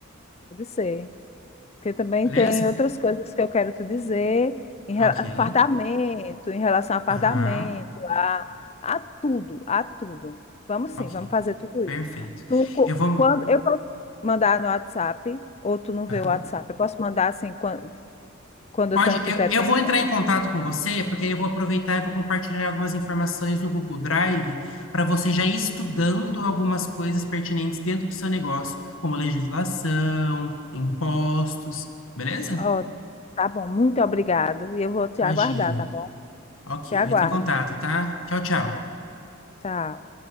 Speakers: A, on the left; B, on the left.
A: Pode ser. Porque também
B: Beleza?
A: tem outras coisas que eu quero te dizer em rela-
B: Ok.
A: fardamento, em relação a fardamento,
B: Aham,
A: a, a tudo, a tudo. Vamos sim,
B: ok.
A: vamos fazer tudo
B: Perfeito.
A: isso. Tu, co-
B: Eu vou.
A: quando eu posso mandar no WhatsApp, ou tu não
B: aham.
A: vê o WhatsApp, eu posso mandar assim quando quando,
B: Pode,
A: eu tenho, tiver
B: eu, eu
A: tempo.
B: vou entrar em contato com você, porque aí eu vou aproveitar e vou compartilhar algumas informações no Google Drive para você já ir estudando algumas coisas pertinentes dentro do seu negócio, como legislação, impostos, beleza?
A: Ó, tá bom, muito obrigado. E eu vou te
B: Imagina.
A: aguardar, tá bom?
B: Ok,
A: Te aguardo.
B: eu entro em contato, tá? Tchau, tchau.
A: Tá. Tchau.